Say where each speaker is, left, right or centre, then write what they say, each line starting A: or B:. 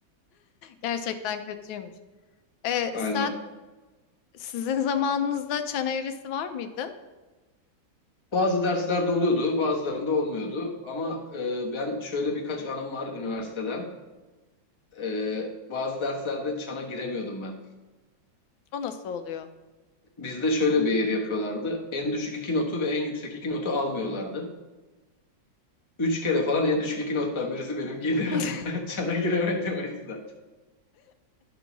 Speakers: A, on the left; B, on the left.
A: Gerçekten kötüymüş. E,
B: Aynen.
A: sen sizin zamanınızda çan eğrisi var mıydı?
B: Bazı derslerde oluyordu, bazılarında olmuyordu. Ama e, ben şöyle birkaç anım var üniversiteden. E, bazı derslerde çana giremiyordum ben.
A: O nasıl oluyor?
B: Bizde şöyle bir eğri yapıyorlardı. En düşük iki notu ve en yüksek iki notu almıyorlardı. Üç kere falan en düşük iki nottan birisi benimkiydi.
A: <laughs>
B: <laughs> Çana giremedim o yüzden.